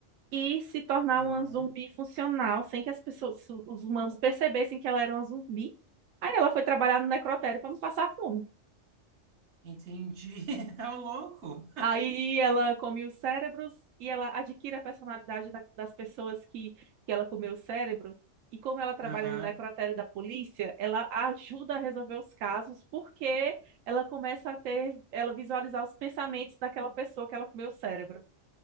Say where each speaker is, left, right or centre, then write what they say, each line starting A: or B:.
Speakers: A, on the right; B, on the right.
A: e se tornar
B: Aham.
A: uma zumbi funcional, sem que as pessoas, os humanos percebessem que ela era uma zumbi. Aí ela foi trabalhar no necrotério para não passar fome.
B: Entendi. <laughs> Ô, louco.
A: Aí ela come os cérebros e ela adquire a personalidade da- das pessoas que, que ela comeu o cérebro. E como ela trabalha
B: Aham.
A: no necrotério da polícia, ela ajuda a resolver os casos porque ela começa a ter, ela visualizar os pensamentos daquela pessoa que ela comeu o cérebro.